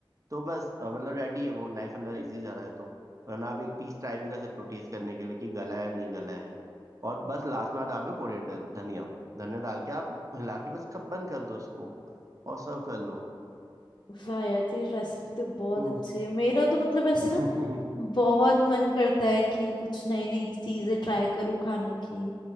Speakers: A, on the right (about 40°); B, on the left (about 50°).
A: तो बस अ, मतलब रेडी है वो नाइफ अंदर इजी जा रहा है तो वरना आप एक पीस ट्राई भी कर सकते हो टेस्ट करने के लिए कि गला है नहीं गला है और बस लास्ट में आप डाल दो कोरिएंडर धनिया धनिया डाल के आप हिला के बस कब बंद कर दो उसको और सर्व कर लो
B: वाह यार तेरी रेसिपी तो बहुत
A: हम्म
B: अच्छी है मेरा तो मतलब ऐसे ना
A: <laughs>
B: बहुत मन करता है कि कुछ नई नई चीजें ट्राई करूँ खाने की